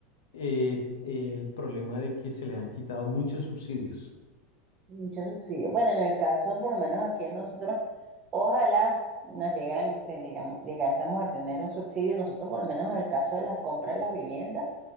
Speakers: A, on the left; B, on the right.
A: eh, el problema de que se le han quitado muchos subsidios.
B: Mucho subsidio. Bueno, en el caso, por lo menos aquí nosotros, ojalá nos llegaran, te- digamos, llegásemos a tener un subsidio, nosotros por lo menos en el caso de las compras de las viviendas,